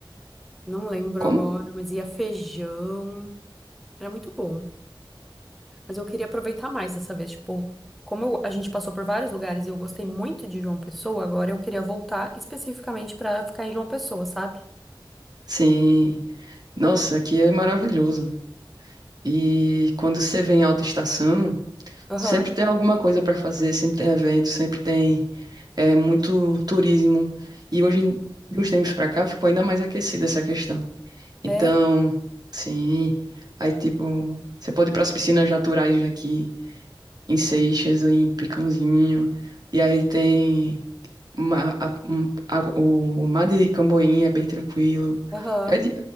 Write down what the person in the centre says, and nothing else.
Não lembro
agora, mas ia feijão. Era muito bom. Mas eu queria aproveitar mais dessa vez. Tipo, como eu- a gente passou por vários lugares e eu gostei muito de João Pessoa, agora eu queria voltar especificamente pra ficar em João Pessoa, sabe?
Aham.
É,
aham.